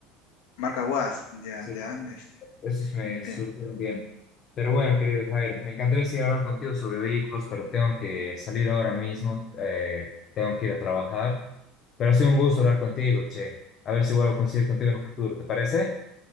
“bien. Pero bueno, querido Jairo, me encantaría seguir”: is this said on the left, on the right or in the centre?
Left